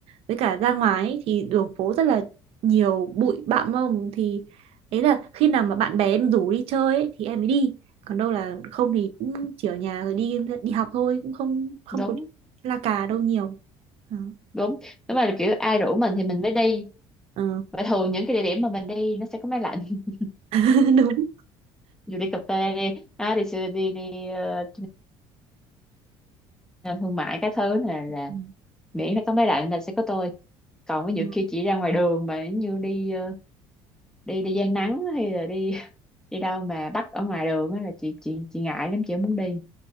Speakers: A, on the right; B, in the centre.
A: với cả ra ngoài ấy, thì đường phố rất là nhiều bụi bặm mông thì đấy là khi nào mà bạn bè em rủ đi chơi ấy, thì em mới đi còn đâu là không thì cũng chỉ ở nhà rồi đi đi học thôi cũng không không
B: đúng
A: có la cà đâu nhiều Ờ.
B: đúng đúng là kiểu ai rủ mình thì mình mới đi
A: Ờ.
B: và thường những cái địa điểm mà mình đi nó sẽ có máy lạnh <laughs>
A: <laughs> đúng
B: dù đi cà phê đi à, đi siêu- đi đi ờ, nhà thương mại cái thứ này là
A: Ừ.
B: miễn nó có máy lạnh là sẽ có tôi còn ví dụ
A: Ừ.
B: kia chỉ ra ngoài đường mà như đi ờ, đi đi gian nắng hay là đi <laughs> đi đâu mà bắt ở ngoài đường á là chị chị chị ngại lắm chị không muốn đi